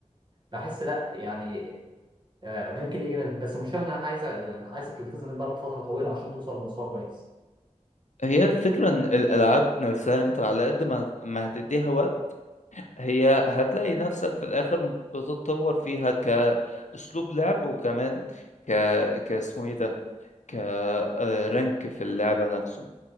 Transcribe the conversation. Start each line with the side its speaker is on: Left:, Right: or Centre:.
Right: فبحس لا يعني آه، ممكن يجي منها بس المشكله إن انا عايزه يعني عايزه تلتزم بقى فتره طويله عشان توصل لمستوى كويس
Left: هي الفكرة إن الألعاب نفسها أنت على قد ما ما هتديها وقت هي هتلاقي نفسك في الآخر بتتطور فيها كأسلوب لعب وكمان ك كاسمه إيه ده كرانك في اللعبة نفسه